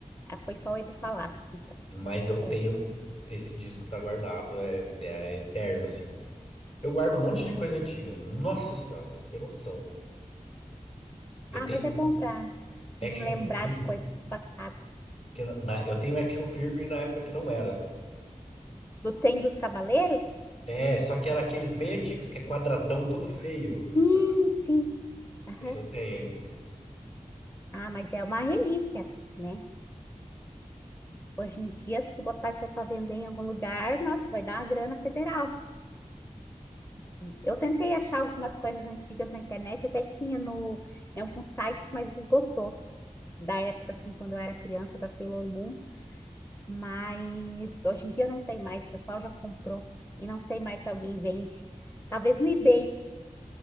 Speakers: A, on the left (about 20°); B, on the left (about 50°).
A: Ah, Foi só o Edu Falaschi, então.
B: Mas eu
A: É.
B: tenho. Esse disco tá guardado, é, é eterno, assim. Eu guardo um monte de coisa antiga. Nossa senhora, você não tem noção. Eu
A: Ah,
B: tenho
A: mas é bom para
B: action
A: lembrar
B: figure.
A: de coisas do passado.
B: Que na, na- eu tenho action figure na época que não era.
A: Do Tem dos Cavaleiros?
B: É, só que era aqueles bem antigos, que é quadradão, todo feio.
A: Sim,
B: Sabe?
A: sim. Aham.
B: Esse eu tenho ainda.
A: Ah, mas é uma relíquia, né? Hoje em dia, se tu botar isso aí para vender em algum lugar, nossa, vai dar uma grana federal. Eu tentei achar algumas coisas antigas na internet, até tinha no, em alguns sites, mas esgotou. da época, assim, quando eu era criança, da Sailor Moon, mas hoje em dia não tem mais, o pessoal já comprou e não sei mais se alguém vende. Talvez no eBay.